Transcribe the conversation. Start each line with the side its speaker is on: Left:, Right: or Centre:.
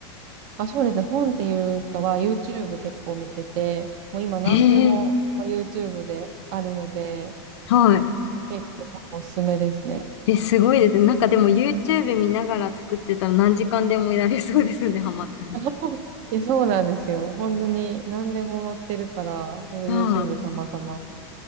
Right: あ、そうですね。本っていうかは YouTube 結構見てて、もう今何でも、
Left: ええ
Right: まあ、YouTube であるので、
Left: はい。
Right: 結構おすすめですね。
Left: え、すごいですね。なんかでも YouTube 見ながら作ってたら何時間でもやれそうですね、ハマったら。
Right: <laughs> いや、そうなんですよ。本当に何でも載ってるから、ほんと
Left: はい。
Right: YouTube 様々って